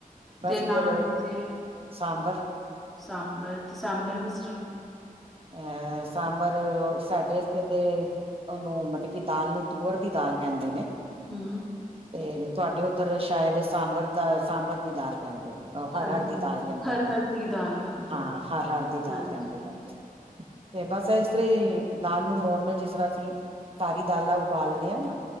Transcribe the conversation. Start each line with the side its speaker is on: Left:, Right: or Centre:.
Right: ਬਸ
Centre: ਤੇ ਨਾਲ
Right: ਫੇਰ
Centre: ਇਹਦੇ
Right: ਸਾਂਬਰ
Centre: ਸਾਂਬਰ ਤੇ, ਸਾਂਬਰ ਕਿਸਸਰਾ?
Right: ਐ ਸਾਂਬਰ ਸਾਡੇ ਤੇ ਉਹਨੂੰ ਮਤਲਬ ਕਿ ਦਾਲ ਨੂੰ ਤੂਅਰ ਦੀ ਦਾਲ ਕਹਿੰਦੇ ਨੇ।
Centre: ਹਮ।
Right: ਤੇ ਤੁਹਾਡੇ ਉੱਧਰ ਸ਼ਾਇਦ ਸਾਂਬਰ ਦਾ ਸਾਂਬਰ ਦੀ ਦਾਲ ਕਹਿੰਦੇ ਨੇ। ਉਹ ਹਰ-ਹਰ
Centre: ਹਾਂਜੀ-ਹਾਂਜੀ
Right: ਦੀ ਦਾਲ ਕਹਿੰਦੇ
Centre: ਹਰ-ਹਰ
Right: ਨੇ,
Centre: ਦੀ ਦਾਲ ਕਹਿੰਦੇ
Right: ਹਾਂ
Centre: ਆ,
Right: ਹਰ-ਹਰ ਦੀ ਦਾਲ
Centre: ਹਾਂਜੀ
Right: ਕਹਿੰਦੇ ਨੇ। ਤੇ ਬਸ ਇਸ ਤਰ੍ਹਾਂ ਹੀ ਦਾਲ ਨੂੰ ਨੋਰਮਲ ਜਿਸ ਤਰ੍ਹਾਂ ਸੀ ਸਾਰੀ ਦਾਲਾਂ ਉਬਾਲਣੇ ਆ ਨਾ।